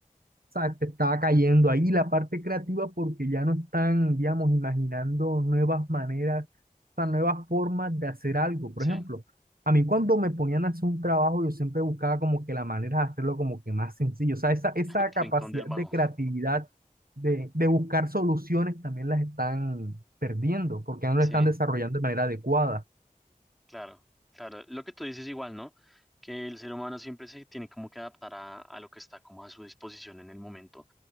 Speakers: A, on the right (about 85°); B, in the centre.
A: o sea, te estaba cayendo ahí la parte creativa porque ya no están, digamos, imaginando nuevas maneras, o sea, nuevas formas de hacer algo. Por
B: sí,
A: ejemplo, a mí cuando me ponían a hacer un trabajo, yo siempre buscaba como que la manera de hacerlo como que más sencillo. O sea, esa,
B: <laughs>
A: esa capacidad
B: Rincón del Vago,
A: de creatividad, de, de buscar soluciones, también las están perdiendo porque ya no
B: sí,
A: lo están desarrollando de manera adecuada.
B: claro, claro, lo que tú dices igual, ¿no? Que el ser humano siempre se tiene como que adaptar a, a lo que está como a su disposición en el momento